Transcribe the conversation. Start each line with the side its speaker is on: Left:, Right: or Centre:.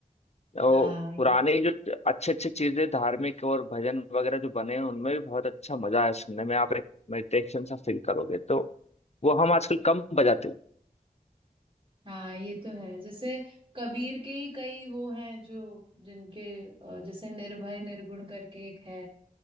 Left: और
Right: हाँ ये
Left: पुराने
Right: तो है।
Left: जो अच्छे अच्छे चीजें धार्मिक और भजन वगैरह जो बने हैं उनमें भी बहुत अच्छा मजा है सुनने में आप एक मेडिटेशन सा फील करोगे तो वो हम आजकल कम बजाते हैं
Right: हाँ ये तो है जैसे कबीर के ही कई वो हैं जो जिनके अ, जैसे निर्भय निर्गुण करके एक है